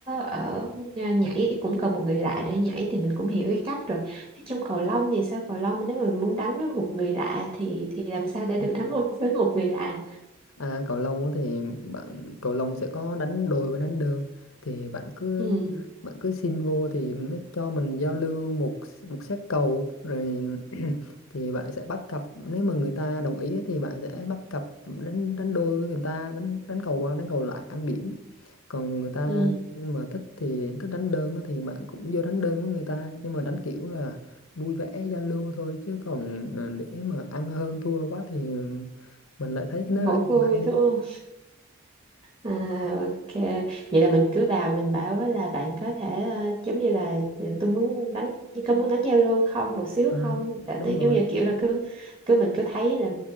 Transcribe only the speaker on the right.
ở nhà nhảy cũng cần một người lạ để nhảy thì mình cũng hiểu cái cách rồi Thế trong cầu lông thì sao cầu lông mà nếu mà mình muốn đánh với một người lạ thì thì làm sao để được
đánh một với một người lạ
ừ,
ừ.
hậu
vui
thôi À, ok vậy là mình cứ vào mình bảo với là bạn có thể ờ, giống như là ừ, tôi muốn đánh có muốn đánh giao lưu không một xíu
không tại
tôi
giống như kiểu là cứ cứ mình cứ thấy là